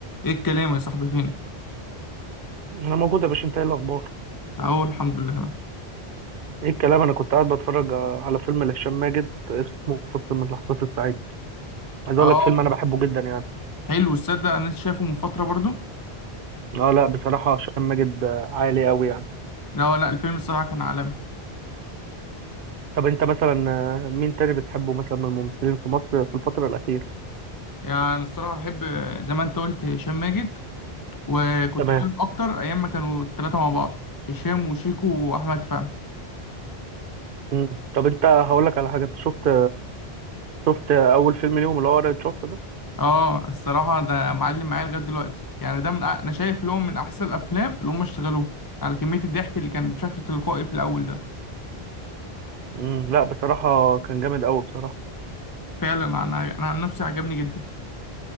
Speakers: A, on the left; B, on the right.
A: ايه الكلام يا صاحبي فينك
B: انا موجود يا باشا انت ايه الاخبار
A: اهو الحمد لله تمام
B: ايه الكلام انا كنت قاعد بتفرج على فيلم لهشام ماجد اسمه فرصة من اللحظات السعيدة عايز اقول
A: اه
B: لك فيلم انا بحبه جدا يعني
A: حلو الصدق انا لسه شايفه من فتره برضو
B: اه لا بصراحة هشام ماجد عالي قوي يعني
A: لا لا الفيلم الصراحه كان عالمي
B: طب انت مثلا آه، مين تاني بتحبه مثلا من الممثلين في مصر في الفترة الأخيرة
A: يعني أنا الصراحه بحب زي ما انت قلت هشام ماجد وكنت
B: تمام
A: حابب اكتر ايام ما كانوا الثلاثه مع بعض هشام وشيكو واحمد فهمي
B: مم. طب انت هقول لك على حاجة انت شفت شفت اول فيلم ليهم اللي هو ورقة شفرة ده
A: اه الصراحه ده معلم معايا لغايه دلوقتي يعني ده من أ- انا شايف لهم من احسن الافلام اللي هم اشتغلوها على كميه الضحك اللي كان بشكل تلقائي في الاول ده
B: مم. لا بصراحة كان جامد قوي بصراحة
A: فعلا انا انا عن نفسي عجبني جدا